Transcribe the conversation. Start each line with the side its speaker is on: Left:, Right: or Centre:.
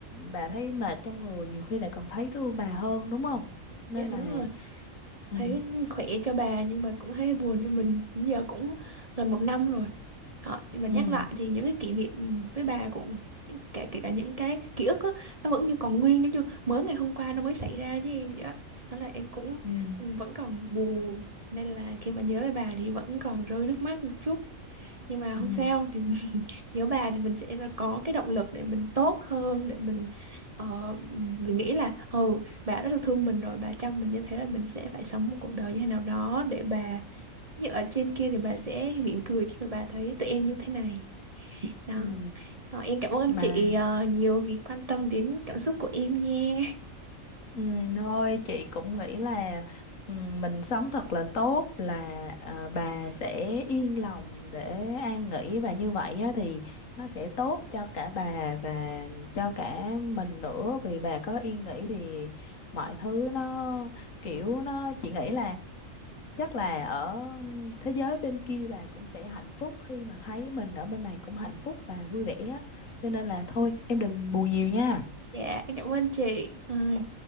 Left: bà thấy mệt trong người nhiều khi lại còn thấy thương bà hơn đúng không nên
Right: Dạ
Left: là
Right: đúng rồi.
Left: ừ
Right: Thấy khỏe cho bà nhưng mà cũng thấy buồn cho mình. Giờ cũng gần một năm rồi. Đó, nhưng mà
Left: ừ
Right: nhắc lại thì những cái kỷ niệm với bà cũng những- kể kể cả những cái ký ức á, nó vẫn như còn nguyên giống như mới ngày hôm qua nó mới xảy ra với em vậy á. Đó là em cũng
Left: ừ
Right: ừ, vẫn còn buồn nên là khi mà nhớ lại bà thì vẫn còn rơi nước mắt một chút nhưng mà
Left: ừ
Right: không sao thì <laughs> nhớ bà thì mình sẽ là có cái động lực để mình tốt hơn để mình ờ, mình nghĩ là ừ bà rất là thương mình rồi bà chăm mình như thế là mình sẽ phải sống một cuộc đời như thế nào đó để bà như ở trên kia thì bà sẽ mỉm cười khi mà bà thấy tụi em như thế này đó
Left: ừ
Right: Ờ, em cảm ơn
Left: mà
Right: chị ờ, nhiều vì quan tâm đến cảm xúc của em nha
Left: Ừ, thôi chị cũng nghĩ là ừ, mình sống thật là tốt là à, bà sẽ yên lòng để an nghỉ và như vậy á, thì nó sẽ tốt cho cả bà và cho cả mình nữa vì bà có yên nghỉ thì mọi thứ nó kiểu nó chị nghĩ là chắc là ở thế giới bên kia bà cũng sẽ hạnh phúc khi mà thấy mình ở bên này cũng hạnh phúc và vui vẻ á. Cho nên là thôi em đừng buồn nhiều nha
Right: <laughs> dạ em cảm ơn chị Rồi.